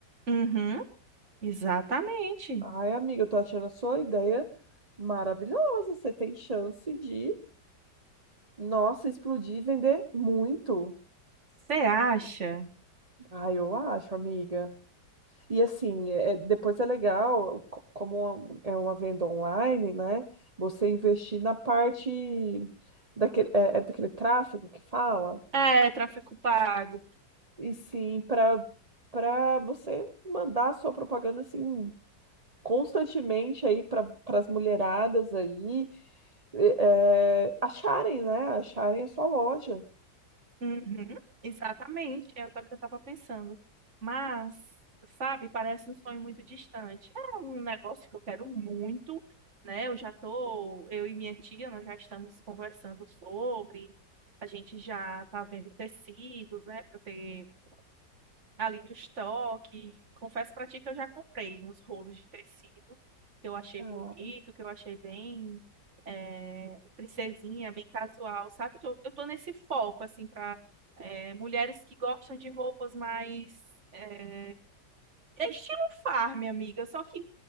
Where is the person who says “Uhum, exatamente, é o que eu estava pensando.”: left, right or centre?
Right